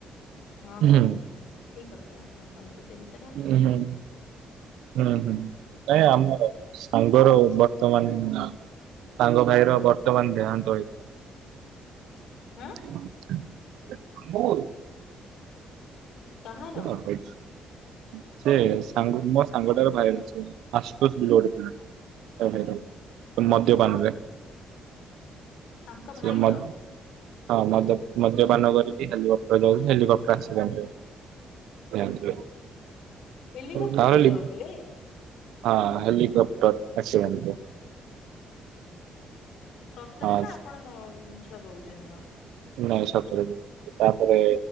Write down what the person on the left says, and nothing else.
ହଁ
ହଁ ସିଓର ଠିକ ଅଛି ଆପଣ କହିବେ ସେ ବିଷୟ।
ହଁ କାହାର
ସେ
ତ ତାଙ୍କ ଭାଇର
ହେଲିକପ୍ଟର
ରେ
ଯାଉଥିଲେ
ସତରେ
ନା ଆପଣ ମ ମିଛ କୋହୁଚନ୍ତି ମ?